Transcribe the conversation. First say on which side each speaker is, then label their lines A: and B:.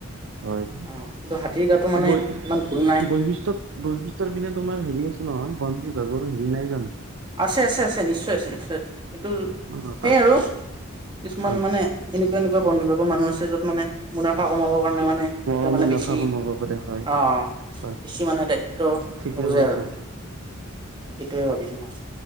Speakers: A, on the right (about 65°); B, on the right (about 20°).
A: হয়।
B: অ কিন্তু হাতীৰ গাটো মানে
A: বৈ
B: ইমান ভুল নাই
A: বৈশিষ্টত। বৈশিষ্ট্যৰ পিনে তোমাৰ হেৰি আছে নহয়। বন বিভাগৰো হেৰি নাই জানো?
B: আছে। আছে। আছে। নিশ্চয় আছে। নিশ্চয় আছে। কিটো
A: অ
B: সেইয়
A: তাত
B: আৰু কিছুমান
A: হয়
B: মানে এনেকুৱা এনেকুৱা বন বিভাগৰ মানুহ আছে। য'ত মানে মুনাফা কমাবৰ কাৰণে মানে ইয়াতে
A: অ
B: মানে
A: মুনাফা
B: বেছি
A: কমাব পাৰে হয়
B: অ,
A: হয়
B: বেছি মানে দায়িত্ব
A: ঠিকে
B: নুবুজায়
A: কৈছা
B: আৰু এইটোৱে ভাবিছো মই